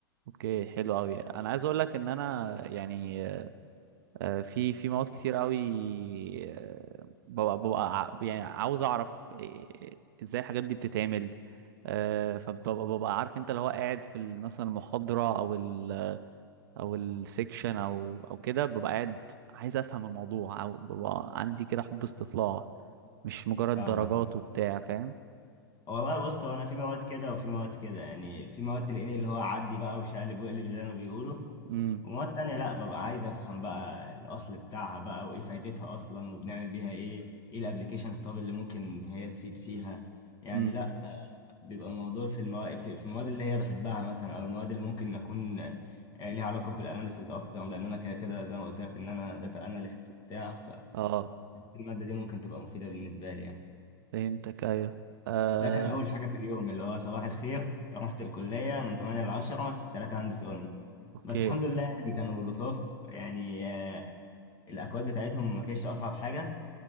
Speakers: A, on the right; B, on the left.
A: اوكي حلو قوي انا عايز اقول لك ان انا يعني آه، في في مواد كتير قوي آه، ببقى ببقى ع- يعني عاوز اعرف إيه- ازاي الحاجات دي بتتعمل آه، فببقى ببقى عارف انت اللي هو قاعد في ال- مثلا المحاضرة او ال او السكشن او او كده ببقى قاعد عايز افهم الموضوع او ببقى عندي كده حب استطلاع مش مجرد
B: فاهمة
A: درجات وبتاع فاهم
B: والله بص هو انا في مواد كده وفي مواد كده يعني في مواد تلاقيني اللي هو عدي بقى وشقلب وقلب زي ما بيقولوا
A: امم
B: ومواد تانية لا ببقى عايز افهم بقى الاصل بتاعها بقى وايه فايدتها اصلا وبنعمل بيها ايه ايه الابليكيشنز طب اللي ممكن هي تفيد فيها يعني
A: امم
B: لا بيبقى الموضوع في المواد في في المواد اللي هي بحبها مثلا او المواد اللي ممكن اكون آه، ليها علاقة بالاناليسيز اكتر لان انا كده كده زي ما قلت لك ان انا داتا اناليست وبتاع
A: اه
B: فالمادة دي ممكن تبقى مفيدة بالنسبة لي يعني
A: فهمتك ايوه آه،
B: ده كان أول حاجة في اليوم اللي هو صباح الخير رحت الكلية من 8 ل 10 تلاتة هندس قلنا
A: اوكي
B: بس الحمد لله يعني كانوا لطاف يعني آه، الأكواد بتاعتهم ما كانتش أصعب حاجة